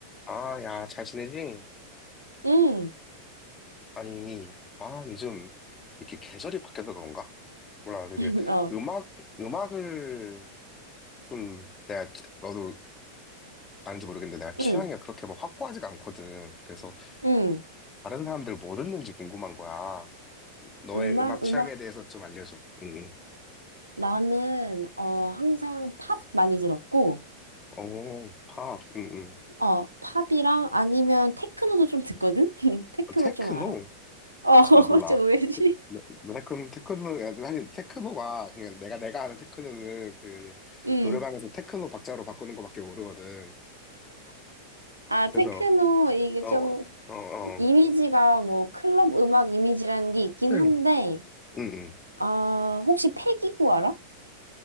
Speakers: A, on the left; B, on the right.
A: 아, 야, 잘 지내지?
B: 응,
A: 아니, 아, 요즘 이렇게 계절이 바뀌어서 그런가? 몰라, 되게
B: <laughs> 어,
A: 음악, 음악을 좀 내가, 치- 너도 아는지 모르겠는데 내가 취향이
B: 응,
A: 그렇게 막 확고하지가 않거든. 그래서
B: 응.
A: 다른 사람들 뭐 듣는지 궁금한 거야. 너의
B: 음악,
A: 음악 취향에
B: 음악.
A: 대해서 좀 알려줘. 응, 응.
B: 나는, 어, 항상 팝 많이 들었고,
A: 오, 팝, 응, 응.
B: 어, 팝이랑 아니면 테크노도 좀 듣거든? <laughs> 테크노
A: 어, 테크노?
B: 좀 알아? 어,
A: 아,
B: <laughs>
A: 잘 몰라.
B: 좀 왜지?
A: 나- 나 테크노, 테크노, 야, 사실 테크노가 그냥 내가, 내가 아는 테크노는 그,
B: 음
A: 노래방에서 테크노 박자로 바꾸는 거밖에 모르거든.
B: 아, 테크노,
A: 그래서
B: 이게
A: 어,
B: 좀,
A: 어, 어,
B: 이미지가 뭐, 클럽 음악 이미지라는 게 있긴
A: 응,
B: 한데,
A: 응, 응.
B: 아 혹시 패기구 알아?